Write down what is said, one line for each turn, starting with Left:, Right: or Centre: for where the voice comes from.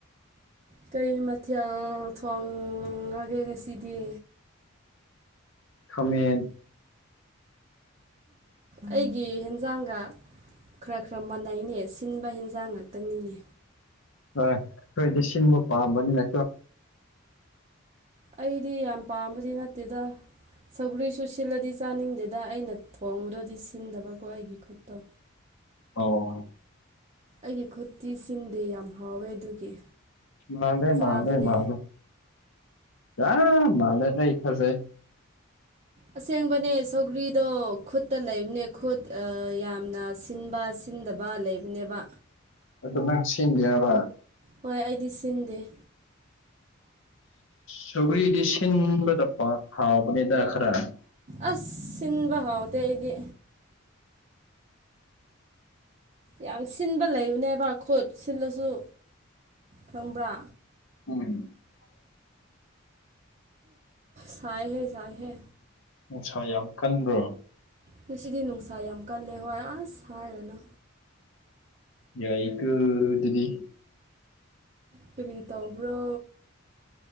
Right: ꯀꯩ ꯃꯊꯦꯜ ꯊꯣꯡꯉꯒꯦ ꯉꯁꯤꯗꯤ
Left: ꯈꯥꯃꯦꯟ
Right: ꯑꯩꯒꯤ ꯍꯦꯟꯖꯥꯡꯒ ꯈꯔ ꯈꯔ ꯃꯥꯟꯅꯩꯅꯦ ꯁꯤꯟꯕ ꯍꯦꯟꯖꯥꯡ ꯉꯥꯛꯇꯅꯤꯅꯦ
Left: ꯍꯣꯏ ꯑꯩꯈꯣꯏꯗꯤ ꯁꯤꯡꯕ ꯄꯥꯝꯕꯅꯤꯅꯣ
Right: ꯑꯩꯗꯤ ꯌꯥꯝ ꯄꯥꯝꯕꯗꯤ ꯅꯠꯇꯦꯗ ꯁꯧꯒ꯭ꯔꯤꯁꯨ ꯁꯤꯜꯂꯗꯤ ꯆꯥꯅꯤꯡꯗꯦꯗ ꯑꯩꯅ ꯊꯣꯡꯕꯗꯣꯗꯤ ꯁꯤꯟꯗꯕꯀꯣ ꯑꯩꯒꯤ ꯈꯨꯠꯇꯣ
Left: ꯑꯣ
Right: ꯑꯩꯒꯤ ꯈꯨꯠꯇꯤ ꯁꯤꯟꯗꯦ ꯌꯥꯝ ꯍꯥꯎꯋꯦ ꯑꯗꯨꯒꯤ
Left: ꯃꯥꯅꯦ
Right: ꯆꯥꯕꯅꯦ
Left: ꯃꯥꯅꯦ ꯃꯥꯅꯦ ꯌꯥ ꯃꯥꯅꯦ ꯀ ꯊꯁꯦ
Right: ꯑꯁꯦꯡꯕꯅꯦ ꯁꯧꯒ꯭ꯔꯤꯗꯣ ꯈꯨꯠꯇ ꯂꯩꯕꯅꯦ ꯈꯨꯠ ꯌꯥꯝꯅ ꯁꯤꯟꯕ ꯊꯤꯟꯗꯕ ꯂꯩꯕꯅꯦꯕ
Left: ꯑꯗꯨ ꯅꯪ ꯁꯦꯝꯕ ꯌꯥꯕ
Right: ꯍꯣꯏ ꯑꯩꯗꯤ ꯁꯤꯟꯗꯦ
Left: ꯁꯧꯒ꯭ꯔꯤꯗꯤ ꯁꯤꯟꯕꯗ ꯍꯥꯎꯕꯅꯤꯅ ꯈꯔ
Right: ꯑꯁ ꯁꯤꯁꯤꯡꯕ ꯍꯥꯎꯇꯦ ꯑꯩꯗꯤ ꯌꯥꯝ ꯁꯤꯟꯕ ꯂꯩꯕꯅꯦꯕ ꯈꯨꯠ ꯁꯤꯜꯂꯁꯨ ꯈꯪꯕ꯭ꯔꯥ
Left: ꯎ
Right: ꯆꯥꯏꯍꯦ ꯆꯥꯏꯍꯦ
Left: ꯅꯨꯡꯁꯥ ꯌꯥꯝ ꯀꯟꯕ꯭ꯔꯣ
Right: ꯉꯁꯤꯗꯤ ꯅꯨꯡꯁꯥ ꯌꯥꯝ ꯀꯜꯂꯦ ꯍꯣꯏ ꯑꯁ ꯍꯥꯏꯔꯅꯨ
Left: ꯌꯥꯏ ꯀ ꯏꯗꯤꯗꯤ
Right: ꯀꯔꯤ ꯇꯧꯕ꯭ꯔꯣ